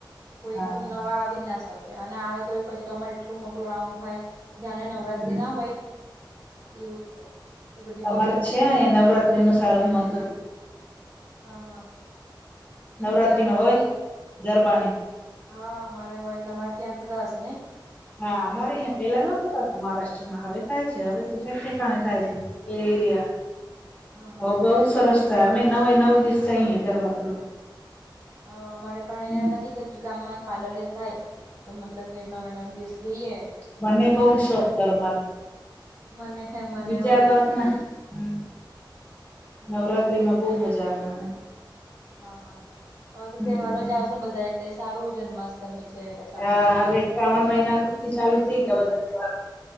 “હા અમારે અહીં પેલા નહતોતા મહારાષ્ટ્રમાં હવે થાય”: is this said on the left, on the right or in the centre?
Left